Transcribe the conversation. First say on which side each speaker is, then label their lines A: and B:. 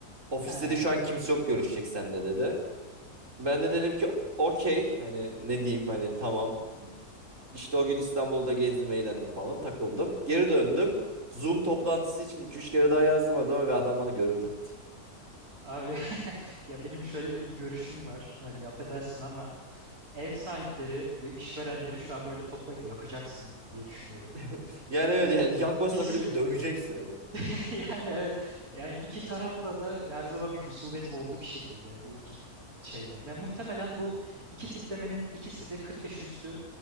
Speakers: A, on the right; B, on the right.
A: Ofiste
B: Ha,
A: de şu an kimse yok görüşecek seninle dedi. Ben de dedim ki okey hani ne diyeyim hani tamam işte o gün İstanbul'da gezdim, eğlendim falan, takıldım. Geri döndüm. Zoom toplantısı için iki üç kere daha yazdım adama ve adam bana görüldü attı.
B: abi <laughs> ya benim şöyle bir görüşüm var. Hani affedersin ama ev sahipleri ve işverenleri şu an böyle toplayıp yakacaksın diye düşünüyorum.
A: <laughs> Yani öyle
B: Yani
A: yani yakmasan
B: ikisiyle
A: bile bir döveceksin hani.
B: <laughs> yani evet yani iki tarafla da her zaman bir husumetim oldu bir şekilde bu iki şeyle. Ve muhtemelen bu iki tiplemenin ikisi de 40 yaş üstü